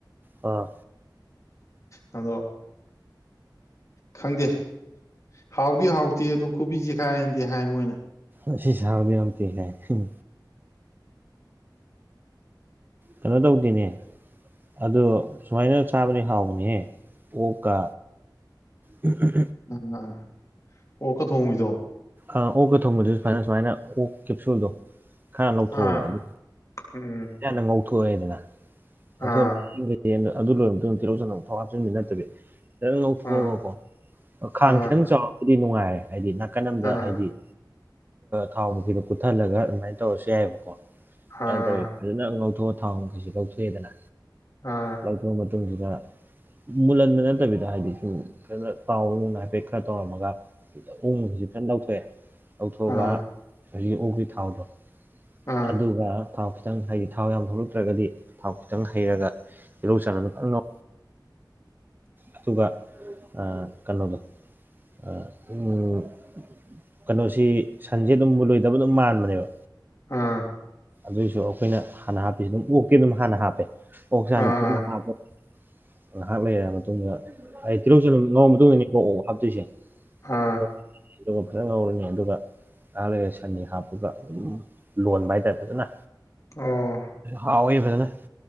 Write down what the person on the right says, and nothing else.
ꯑꯥ
ꯑꯁꯤ ꯁꯥꯕꯗꯤ ꯌꯥꯛꯇꯦ ꯍꯥꯏꯦ ꯎꯝ ꯀꯩꯅꯣ ꯇꯧꯗꯦꯅꯦ ꯑꯗꯨ ꯁꯨꯃꯥꯏꯅ ꯆꯥꯕꯗꯤ ꯍꯥꯎꯕꯅꯦꯍꯦ ꯑꯣꯛꯀ ꯎꯝ ꯎꯝ
ꯑ ꯑꯣꯛꯀ ꯊꯣꯡꯕꯗꯨ ꯁꯨꯃꯥꯏꯅ ꯁꯨꯃꯥꯏꯅ ꯑꯣꯛ ꯀꯦꯞꯁꯨꯜꯗꯣ ꯈꯔ ꯂꯧꯊꯣꯛꯑꯕ
ꯑꯗꯨ
ꯌꯥꯝꯅ ꯉꯧꯊꯣꯛꯑꯦꯗꯅ
ꯊꯣꯛ ꯑꯗꯨ ꯂꯣꯏꯔꯕ ꯃꯇꯨꯡꯗ ꯇꯦꯔꯧꯁꯅ ꯑꯃꯨꯊꯣꯛ ꯍꯥꯞꯆꯤꯟꯕ ꯅꯠꯇꯕꯤ ꯐꯅ ꯉꯧꯊꯣꯛꯑꯒꯀꯣ
ꯈꯥꯡ
ꯈꯤꯇꯪ ꯆꯥꯎꯔꯕꯨꯗꯤ ꯅꯨꯡꯉꯥꯏꯔꯦ ꯍꯥꯏꯗꯤ ꯅꯥꯀꯟ ꯑꯃꯗ
ꯍꯥꯏꯗꯤ ꯊꯥꯎ ꯃꯈꯗꯨ ꯀꯨꯠꯊꯜꯂꯒ ꯑꯗꯨꯃꯥꯏꯅ ꯇꯧꯔꯁꯨ ꯌꯥꯏꯑꯕꯀꯣ
ꯑꯗꯨ ꯇꯧꯋꯤ ꯑꯗꯨꯖꯅ ꯉꯧꯊꯣꯛꯑ ꯊꯥꯎ ꯃꯈꯩꯁꯨ ꯀꯧꯊꯣꯛꯑꯦꯗꯅ
ꯂꯧꯊꫭꯛꯑꯕ ꯃꯇꯨꯡꯁꯤꯗ ꯃꯨꯜꯍꯟꯕ ꯅꯠꯇꯕꯤꯗ ꯍꯥꯏꯗꯤ ꯁꯨꯝ ꯐꯅ ꯇꯥꯎꯗꯨꯅ ꯍꯥꯏꯐꯦꯠ ꯈꯔ ꯇꯧꯔꯝꯃꯒ ꯎꯃꯨ ꯍꯧꯖꯤꯛ ꯐꯖꯅ ꯂꯧꯊꯣꯛꯑꯦ ꯂꯧꯊꯣꯛꯑꯒ
ꯍꯧꯖꯤꯛ ꯎꯒꯤ ꯊꯥꯎꯗꯣ
ꯑꯗꯨꯒ ꯊꯥꯎ ꯈꯤꯇꯪ ꯍꯩ ꯊꯥꯎ ꯌꯥꯝ ꯊꯣꯛꯂꯛꯇ꯭ꯔꯒꯗꯤ ꯊꯥꯎ ꯈꯤꯇꯪ ꯍꯩꯔꯒ ꯇꯤꯂꯧ ꯆꯥꯟꯅ ꯐꯥꯅ ꯉꯧ ꯑꯗꯨꯒ ꯑ ꯀꯩꯅꯣꯗꯣ ꯑ ꯎꯝ ꯀꯩꯅꯣꯁꯤ ꯁꯟꯁꯦ ꯑꯗꯨꯝ ꯃꯨꯜꯂꯣꯏꯗꯕ ꯑꯗꯨꯝ ꯃꯥꯟꯕꯅꯦꯕ
ꯑꯗꯨꯏꯁꯨ ꯑꯩꯈꯣꯏꯅ ꯍꯥꯟꯅ ꯍꯥꯞꯄꯤꯁꯤ ꯑꯗꯨꯝ ꯑꯣꯛꯀ ꯑꯗꯨꯝ ꯍꯥꯟꯅ ꯍꯥꯞꯄꯦ ꯑꯣꯛ ꯆꯥꯅ
ꯐꯖꯅ ꯍꯥꯞꯄ ꯉꯥꯏꯍꯥꯛ ꯂꯩꯔ ꯃꯇꯨꯡꯗ ꯑꯩ ꯇꯤꯜꯍꯧ ꯆꯥꯅꯝ ꯉꯥꯡꯧꯎꯔꯥ ꯃꯇꯨꯡ ꯏꯅꯤ ꯀꯣ ꯑꯣꯛ ꯍꯥꯞꯇꯣꯏꯁꯦ
ꯑꯣꯛꯁꯦ ꯑꯗꯨꯒ ꯐꯖꯅ ꯉꯥꯎꯔꯅꯤ ꯑꯗꯨꯒ ꯉꯍꯥꯛ ꯂꯩꯔꯥ ꯁꯟꯅꯤ ꯍꯥꯞꯄꯨꯒ ꯑꯗꯨꯝ ꯂꯣꯟꯕ ꯍꯥꯏꯇꯥꯔꯦ ꯐꯖꯅ
ꯍꯥꯎꯋꯤ ꯐꯖꯥꯅ